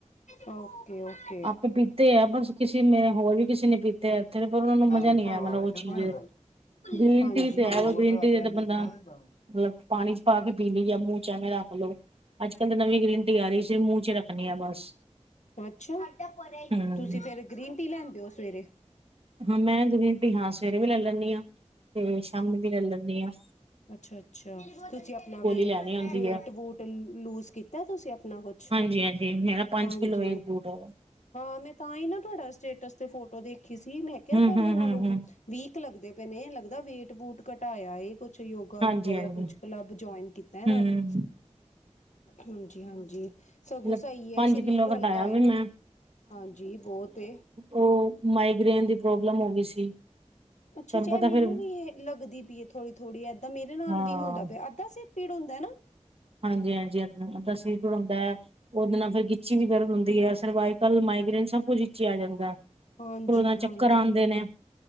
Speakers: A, on the left; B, on the right.
A: ਓਕੇ ਓਕੇ
B: ਆਪੇ ਪੀਤੇ ਆ ਬਸ ਕਿਸੇ ਨੇ ਹੋਰ ਵੀ ਕਿਸੇ ਨੇ ਪੀਤੇ ਐ। ਤੇ ਪਰ ਓਨਾ ਨੂੰ ਮਜ਼ਾ
A: ਬੁਖਾਰ
B: ਨੀ ਆਇਆ ਮਤਬ
A: ਹੈ
B: ਓ
A: ਕਿਹਦੇ
B: ਚੀਜ਼-
A: ਕੋਲ ਲਿਆਂਦਾ
B: ਗ੍ਰੀਨ ਟੀ
A: ਜੀ
B: ਤੇ
A: ਹਾਂ
B: ਐ
A: ਦੋ
B: ਵੇ, ਗ੍ਰੀਨ
A: ਰੁਪਏ
B: ਟੀ
A: ਦਾ
B: ਤੇ
A: ਪੈਨ
B: ਤੇ ਬੰਦਾ
A: ਇੱਕ ਨੇ ਦਿੱਤਾ ਮੈਨੂੰ।
B: ਮਲਬ ਪਾਣੀ 'ਚ ਪਾ ਕੇ ਪੀ ਲੀ ਐ, ਮੂੰ 'ਚ ਐਵੇਂ ਰੱਖ ਲੋ। ਅੱਜ ਕੱਲ੍ਹ ਤੇ ਨਵੀਂ ਗ੍ਰੀਨ ਟੀ ਆ ਰੀ ਸਿਰਫ ਮੂੰਹ 'ਚ ਰੱਖਣੀ ਆ ਬਸ।
A: ਅੱਛਾ
B: ਹਮ
A: ਤੁਸੀਂ ਫੇਰ ਗ੍ਰੀਨ ਟੀ ਲੈਂਦੇ ਓ ਸਵੇਰੇ।
B: ਹਾਂ ਮੈਂ ਗ੍ਰੀਨ ਟੀ ਹਾਂ ਸਵੇਰੇ ਵੀ ਲੈ ਲੈਂਣੀ ਆਂ, ਤੇ ਸ਼ਾਮੀ ਵੀ ਲੈ ਲੈਂਣੀ ਆਂ।
A: ਅੱਛਾ ਅੱਛਾ ਤੁਸੀਂ ਆਪਣਾ ਵੇ
B: ਲੈਣੀ ਹੁੰਦੀ
A: ਵੇਟ
B: ਹੈ
A: ਵੂਟ ਲੂਜ ਕੀਤਾ, ਤੁਸੀਂ ਆਪਣਾ ਕੁਛ
B: ਹਾਂਜੀ ਹਾਂਜੀ ਮੇਰਾ ਪੰਜ
A: ਹਾਂਜੀ
B: ਕਿਲੋ ਵੇਟ ਲੂਟ ਹੋਵਾ।
A: ਹਾਂ ਮੈਂ ਤਾਂ ਈਂ ਨਾ ਤੁਆਡਾ ਸਟੇਟਸ ਤੇ ਫੋਟੋ ਦੇਖੀ ਸੀ, ਮੈਂ ਕਿਆ
B: ਹਮ
A: ਐ ਪੈਲੇ
B: ਹਮ
A: ਨਾਲੋਂ
B: ਹਮ ਹਮ
A: ਵੀਕ ਲੱਗਦੇ ਪਏ ਨੇ, ਲੱਗਦਾ ਵੇਟ ਵੂਟ ਘਟਾਇਆ ਏ। ਕੁਛ ਯੋਗਾ
B: ਹਾਂਜੀ
A: ਯੂਗਾ
B: ਹਾਂਜੀ
A: ਜਾਂ ਕੁਛ ਕਲੱਬ ਜੁਆਇਨ ਕੀਤਾ ਏਨਾਂ
B: ਹਮ
A: ਨੇ‌ ਹਾਂਜੀ ਹਾਂਜੀ ਸਗੋਂ
B: ਮਤਲਬ
A: ਸ‌ਈ
B: ਪੰਜ
A: ਏ, ਸਰੀਰ
B: ਕਿੱਲੋ ਘਟਾਇਆ
A: ਹਲਕਾ
B: ਵੀ
A: ਏ ਨਾ।
B: ਮੈਂ
A: ਹਾਂਜੀ ਬੋਤ ਏ।
B: ਓ ਮਾਈਗ੍ਰੇਨ ਦੀ ਪ੍ਰੋਬਲਮ ਹੋ ਗੀ ਸੀ।
A: ਉਛਾ
B: ਤੁਹਾਨੂੰ
A: ਚਾਏ
B: ਪਤਾ
A: ਮਿਨੂੰ
B: ਫਿਰ
A: ਵੀ ਏ ਲੱਗਦੀ ਪੀ ਏ ਥੋੜੀ -ਥੋੜ੍ਹੀ‌। ਏਦਾਂ ਮੇਰੇ ਨਾਲ
B: ਹਾਂ
A: ਵੀ ਹੁੰਦਾ ਪਿਆ ਅੱਧਾ ਸਿਰ ਪੀੜ ਹੁੰਦਾ ਨਾ‌
B: ਹਾਂਜੀ ਹਾਂਜੀ ਅੱ ਅੱਧਾ ਸਿਰ ਪੀੜ ਹੁੰਦਾ ਐ। ਓਦੇ ਨਾਲ ਫੇਰ ਗਿੱਚੀ ਵੀ ਦਰਦ ਹੁੰਦੀ ਐ, ਸਰਵਾਈਕਲ, ਮਾਈਗ੍ਰੇਨ ਸਭ ਕੁਝ ਵਿਚ ਈ ਆ ਜਾਂਦਾ।
A: ਹਾਂਜੀ
B: ਫੇਰ ਉਦੇ ਨਾ
A: ਹਾਂਜੀ
B: ਚੱਕਰ ਆਂਦੇ ਨੇ